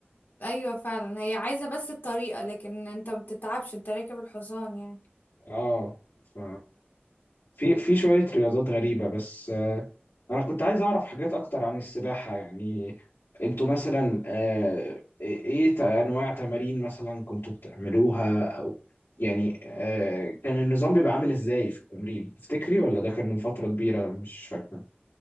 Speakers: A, on the left; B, on the left.
A: ايوه فعلا هي عايزه بس الطريقه لكن انت ما بتتعبش انت راكب الحصان يعني
B: اه ف في في شوية رياضات غريبة بس أنا كنت عايز أعرف حاجات أكتر عن السباحة يعني أنتوا مثلا آه، إيه إيه ت- أنواع تمارين مثلا كنتوا بتعملوها أو يعني آه، كان النظام بيبقى عامل إزاي في التمرين تفتكري ولا ده كان من فترة كبيرة مش فاكرة